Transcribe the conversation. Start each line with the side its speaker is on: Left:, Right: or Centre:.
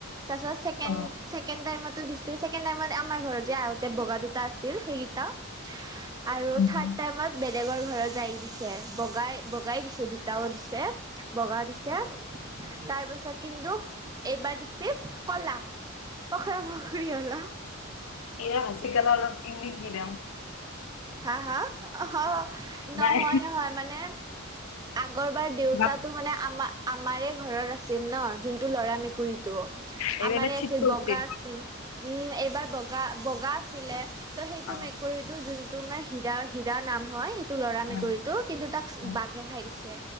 Right: তাৰ পিছত ছেকেণ্ড-
Left: অ
Right: ছেকেণ্ড টাইমো দিছে ছেকেণ্ড টাইমত আমাৰ ঘৰত যে আহোতে বগা দুটা আছিল সেইকেইটা আৰু
Left: উম
Right: থাৰ্ড টাইমত বেলেগৰ ঘৰত যায় দিছে বগাই বগাই দিছে দুটাও দিছে বগা দিছে তাৰ পাছত কিন্তু এইবাৰ দিছে কলা পখৰা পখৰি অলা
Left: এয়া ভচিকালে অলপ ইি <unintelligible> কি দম
Right: হা-হা অ নহয়-নহয়
Left: নাই
Right: মানে আগৰ বাৰ দেউতাটো
Left: বাপ
Right: মানে আমাৰ-আমাৰে ঘৰত আছে আছিল ন যোনটো লৰা মেকুৰীতটো
Left: এইবাৰ
Right: আমাৰে
Left: এইবাৰ চিট
Right: আছিল
Left: কৰিছে
Right: বগা আছিল৷ উম এইবাৰ বগা-বগা আছিলে ত' সেইটো
Left: অ
Right: মেকুৰীটো যোনটো মানে হীৰা হিৰা নাম হয় সেইটো লৰা
Left: অ
Right: মেকুৰীতটো কিন্তু তাক
Left: অ
Right: বাঘে খাই দিছে